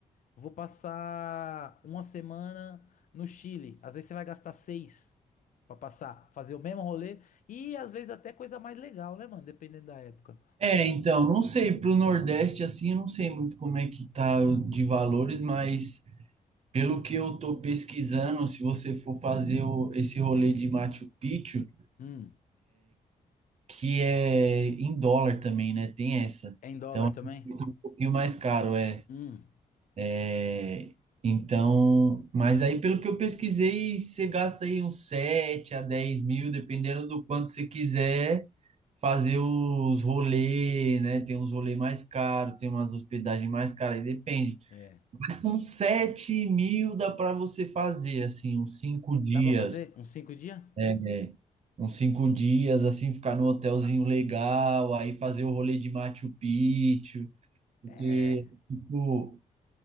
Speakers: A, on the left; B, on the right.
A: Vou passar uma semana no Chile. Às vezes você vai gastar seis pra passar, fazer o mesmo rolê. E às vezes até coisa mais legal, né, mano? Dependendo da época.
B: é, então, não sei, pro Nordeste, assim, eu não sei muito como é que tá o de valores, mas pelo que eu tô pesquisando, se você for fazer o- esse rolê de Machu Picchu,
A: Hum,
B: que é em dólar também, né? Tem essa.
A: é em dólar
B: Então,
A: também?
B: fica um pouquinho mais caro, é.
A: Hum,
B: é, Então, mas aí pelo que eu pesquisei, você gasta aí uns 7 a 10 mil, dependendo do quanto você quiser fazer os rolês, né? Tem uns rolês mais caros, tem umas hospedagens mais caras, aí depende.
A: é.
B: Mas com 7 mil dá para você fazer, assim, uns 5 dias.
A: Dá pra fazer? Uns cinco dias?
B: É, é, uns cinco dias, assim, ficar num hotelzinho legal, aí fazer o rolê de Machu Picchu, porque,
A: É.
B: tipo,